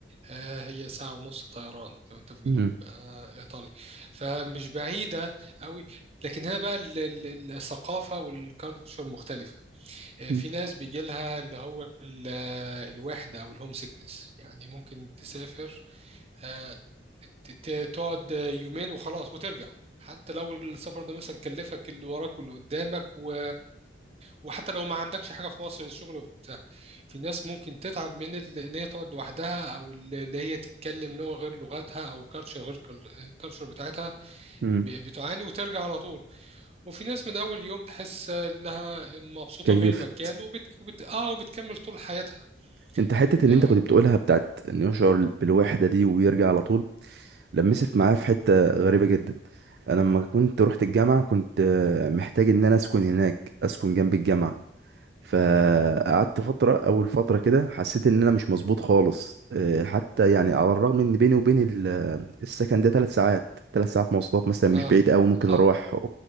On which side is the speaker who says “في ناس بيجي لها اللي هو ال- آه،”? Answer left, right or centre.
Right